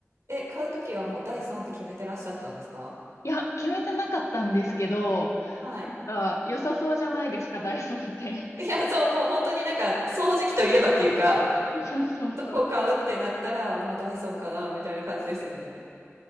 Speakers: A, on the right; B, on the left.
A: え、買うときはもうダイソンって決めてらっしゃったんですか
B: いや、決めてなかったんですけど、
A: はい。
B: なんか良さそうじゃないですか、ダイソンって。
A: いや、そう、もう本当になんか、掃除機といえばっていうか、
B: <laughs> そうそうそう。
A: どこ買うってなったら、まあ、ダイソンかな、みたいな感じですよね。